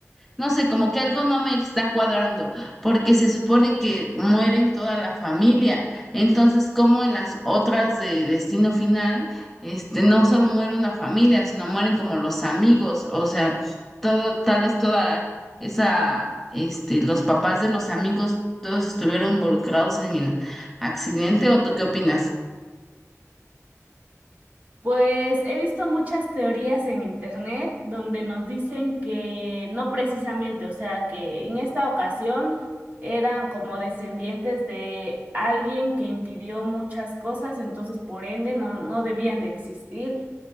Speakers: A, in the centre; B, on the right.
A: no sé, como que algo no me está cuadrando, porque se supone que mueren toda la familia. Entonces, cómo en las otras de Destino Final? este, no solo muere una familia, sino mueren como los amigos, o sea, todo, tal vez toda esa, este, los papás de los amigos, todos estuvieron involucrados en el accidente, ¿o tú qué opinas?
B: Pues he visto muchas teorías en internet donde nos dicen que no precisamente, o sea, que en esta ocasión eran como descendientes de alguien que impidió muchas cosas, entonces por ende no, no debían de existir